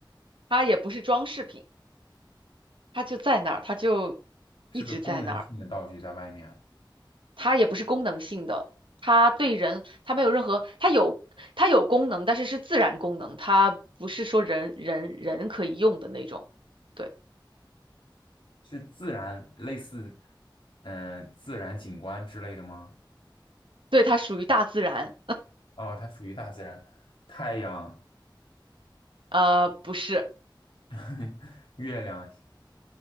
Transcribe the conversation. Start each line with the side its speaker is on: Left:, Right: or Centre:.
Right: 它也不是装饰品，它就在那儿，它就
Left: 是个功能性的道具在外面，
Right: 一直在那儿。它也不是功能性的，它对人，它没有任何，它有它有功能，但是是自然功能，它不是说人人人可以用的那种。对，
Left: 是自然类似，嗯、自然景观之类的吗？
Right: 对，它属于大自然。
Left: 哦，它属于大自然，太阳、
Right: 呃，不是，
Left: <laughs> 月亮，